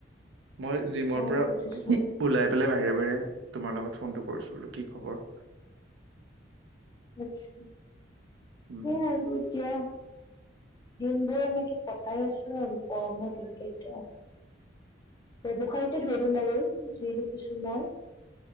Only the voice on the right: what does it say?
মই জিমৰ
পৰা
ওলাই পেলাই বাহিৰে বাহিৰে তোমাৰ লগত ফোনটো কৰিছো, কি খবৰ?
উম